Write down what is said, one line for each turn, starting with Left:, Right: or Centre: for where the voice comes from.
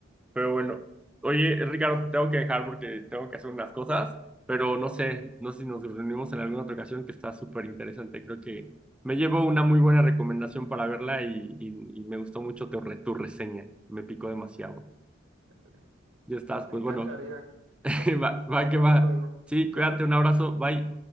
Centre: Pero bueno, oye, Ricardo, te tengo que dejar porque tengo que hacer unas cosas, pero no sé, no sé si nos reunimos en alguna otra ocasión que está súper interesante. Creo que me llevo una muy buena recomendación para verla y, y, y me gustó mucho tu, re- tu reseña. Me picó demasiado.
Right: Vale.
Centre: Ya estás,
Right: Me
Centre: pues
Right: encantaría.
Centre: bueno, <laughs>
Right: Bueno,
Centre: va, va
Right: nos
Centre: que
Right: vemos
Centre: va.
Right: luego.
Centre: Sí,
Right: Chao.
Centre: cuídate, un abrazo, bye.